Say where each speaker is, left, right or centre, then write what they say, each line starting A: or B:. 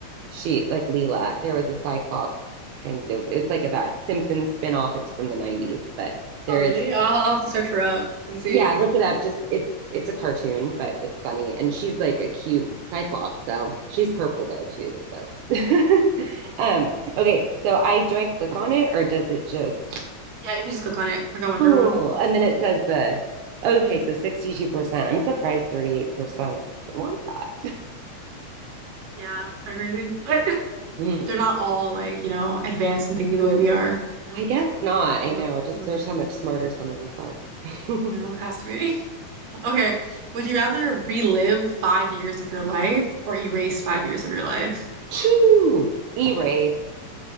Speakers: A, on the right; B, on the right.
A: She like Leela, there was a cyclops kind of. It's like a, that Simpsons spin off. It's from the 90s, but there
B: Oh, really?
A: is
B: I'll I'll have to search her up and see.
A: Yeah, look it up. Just it's it's a cartoon, but it's funny. And she's like a cute cyclops, so she's purple though too. So <laughs> um okay, so I do I click on it or does it just
B: Yeah, you can just click on it. Click on whichever
A: Oh,
B: one.
A: And then it says the okay, so 62%. I'm surprised 38% would want that.
B: Yeah, kind of crazy. But <laughs>
A: Hmm,
B: they're not all like, you know, advanced and thinking the way we are. Yeah,
A: I guess not. I
B: they
A: know.
B: don't,
A: It just
B: they don't,
A: shows how much smarter some of us are. <laughs>
B: you know, it has to be. <laughs> Okay. Would you rather relive five years of your life or erase five years of your life?
A: Phew. Erase.